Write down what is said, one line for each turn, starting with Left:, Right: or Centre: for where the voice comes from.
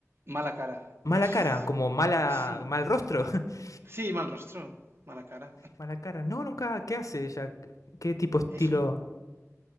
Right: Mala cara,
Left: mala
Right: es...
Left: cara, como mala,
Right: Sí,
Left: mal rostro. <laughs>
Right: sí, mal rostro, mala cara.
Left: Mala cara, no, nunca, ¿qué hace ella? ¿Qué tipo de estilo?
Right: Es un,